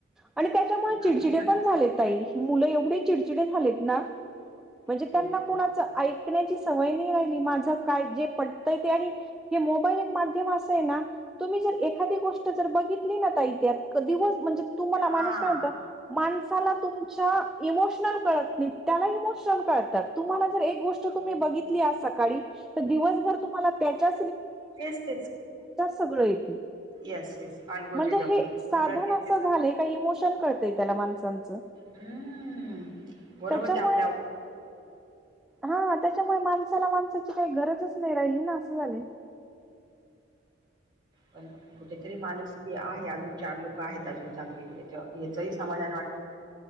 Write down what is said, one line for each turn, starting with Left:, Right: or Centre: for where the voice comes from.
Centre: आणि त्याच्यामुळे
Right: ते खाणार
Centre: चिडचिडे
Right: खात
Centre: पण
Right: नाही
Centre: झालेत मु एवढे चिडचिडे झालेत ना म्हणजे
Right: खो
Centre: त्यांना
Right: खो
Centre: कोणाच ऐ टण्याची सवय नाही राहिली माझ काय जे आणि मोल एक माम अस ना तुम्ही जर एखा गोष्ट बघितली ना इथत दिवस म्हणजे तुम्हाला
Right: हा
Centre: माणूस काय होता माणसाला तुमच्या इमोशनल कळत नाही त्याला इमोशनल कळतात तुम्हाला जर एक गोष्ट
Right: हो
Centre: ब स दिवसभर तम त्या त्याच्या
Right: तेच तेच
Centre: सगळं येथे
Right: येस येस अल्गोरिदम
Centre: म्हणजे हे
Right: सगळं
Centre: साधन
Right: तेच
Centre: असं
Right: तेच
Centre: झालंय का इमोशन कळतय त्याला माणसांचं
Right: हम्म बरोबर
Centre: त्याच्यामुळे
Right: ते आपल्या
Centre: हा त्याच्यामुळे माणसाला माणसाची काही गरजच नाही राहिली ना असं झालं
Right: पण कुठेतरी माणूस आहे अजून चार लोक आहेत अजून चांगली याचही समाधान वाटत